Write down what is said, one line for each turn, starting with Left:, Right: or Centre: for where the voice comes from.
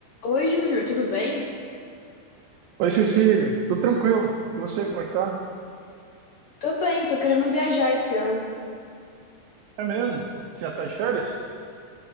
Left: Oi, Júnior, tudo bem?
Right: Oi, Cecília, tudo tranquilo? E você, como é que tá?
Left: Tô bem, tô querendo viajar esse ano.
Right: É mesmo? Você já tá de férias?